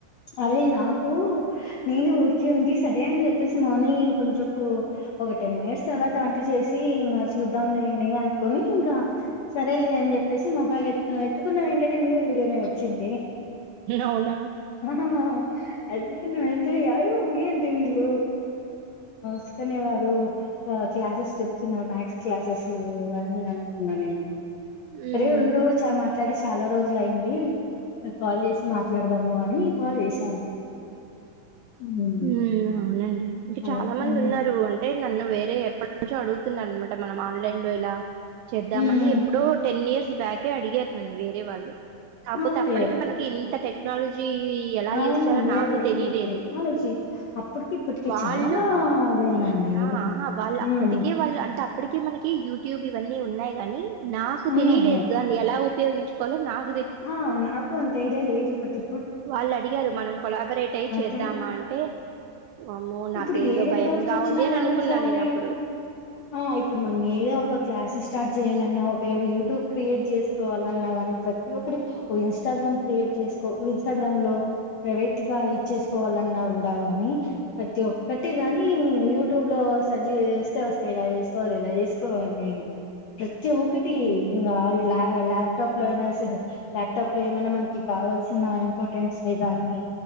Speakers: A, on the left; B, on the right.
A: అదే నాకు నేను ఊరికే ఉండి సరే అని చె సీ మార్నింగ్ ఇంకొంచెపు ఒక టెన్ మినిట్స్ తర్వాత <unintelligible> చేసి ఇ చూద్దాం నేను అనుకని ఇంక సరే ల్ <unintelligible> అని చెప్పేసి మొబైల్ ఎత్తుకున్నా ఎత్తుకున్న వెంటనే మీ వీడియోనే వచ్చింది.
B: అవునా?
A: <unintelligible> అయో ఏంటివ వీళ్ళు సుకన్య <unintelligible> ఆ క్లాసెస్ చెప్తున్నారు మ్యాథస్ క్లాసెస్ అని అంటన్నా నేను.
B: హ్మ్.
A: సరే ఉండు చా మ ట్లాడి చాలా రోజులు అయింది. కాల్ చేసి మాట్లాడదాము అని కాల్ చేశాను. మ్
B: హ్మ్ అవునండి ఇంక
A: అలా
B: చాలా మంది
A: మ్
B: ఉన్నారు అం టే నన్ను వేరే ఎప్పటి నుంచో అడుగుతున్న అనమాట మనం ఆన్లైన్ లో ఇలా చేద్దామని
A: మ్
B: ఎప్పుడో టెన్ ఇయర్స్ బ్యాకే అడిగారు నన్ను వేరే వాళ్ళు. కాకపోతే
A: ఓకే
B: అప్పటిక మనకి ఇంత టెక్నాలజీ <unintelligible> ఎలా
A: అవును
B: యూస్ చేలో
A: లేదు
B: నాకు
A: లేదు
B: తెలిలేదు
A: టెక్నాలజీ అప్పటికి ఇప్పటికి
B: వాళ్ళు
A: చాలా అదేందండి
B: హ్మ్ ఆ ఆహా వాళ్ళు
A: మ్
B: అప్పటికే వాళ్ ట్ అప్పటిక మనకి యూట్యూబ్ ఇవన్నీ ఉన్నాయి కానీ నాకు
A: ఉన్నాయి
B: తెలిలేదు
A: ఉన్నాయి
B: దానీ ఎలా ఉ ఉపయోగించుకోవాల నాక్
A: ఆ నాకు అంత ఐడియా లేదు పట్టి
B: వాళ్ళు అడిగారు మనం కొలాబరేట్ అయిి చేద్దామా
A: తె
B: అంటే వామ్మో నాక
A: ఇప్పుడు
B: ఏదో
A: ఏదే
B: భయంగా
A: డౌట్స్ వచ్చినా
B: ఉంది అని
A: గాని
B: అనుకున్నా
A: ఫోన్
B: నేను
A: లో
B: అప్పుడు
A: యూట్యూబ్ ఆ ఇప్పుడు మనం ఏదే ఒక క్లాసెస్ స్టార్ట్ చేయాలన్నా ఒక యూట్యూబ్ క్రియేట్ చేసుకోవాలన్నా కానీ ప్రతి ఒక్కటి ఓ ఇన్స్టాగ్రామ్ క్రియేట్ చేసుకో ఇన్స్టాగ్రామ్ లో ప్రైవేట్ గా ఇదిచేస్సుకోవాలన్నా కూడా కానీ ప్రతి ఒకట్టి గాని యూట్యూబ్ లో సెర్చ్ చేస్తే వస్తాయి ఇలా చేసుకోవాలి ఇలా చేసుకోవాలి అని ప్రతి ఒక్కటి
B: హ్మ్
A: ఇంగ లా ల్యాప్టాప్ లో అయినా సరే ల్యాప్టాప్ లో ఏమైనా మనకి కావవాల్సిన ఇంపార్టెన్ట్స్ కానీ.